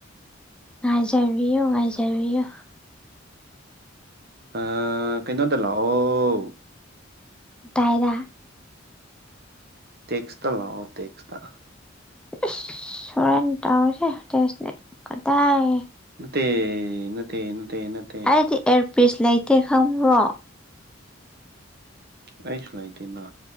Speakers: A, in the centre; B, on the right.
A: ꯉꯥꯏꯖꯕꯤꯌꯨ ꯉꯥꯏꯖꯕꯤꯌꯣ꯫
B: ꯑ ꯀꯩꯅꯣꯗ ꯂꯥꯛꯑꯣ꯫
A: ꯀꯗꯥꯏꯗ꯫
B: ꯇꯦꯛꯁꯇ ꯂꯥꯛꯑꯣ ꯇꯦꯛꯁꯇ꯫
A: ꯑꯁ ꯍꯣꯔꯦꯟ ꯇꯧꯔꯁꯤ ꯇꯦꯛꯁꯇꯤ ꯀꯗꯥꯥꯏ
B: ꯅꯠꯇꯦ ꯅꯠꯇꯦ ꯅꯠꯇꯦ ꯅꯠ
A: ꯑꯩꯗꯤ ꯑꯦꯌꯔꯄꯤꯁ ꯂꯩꯇꯦ ꯈꯪꯕ꯭ꯔꯣ꯫
B: ꯑꯩꯁꯨ ꯂꯩꯇꯦꯅ꯫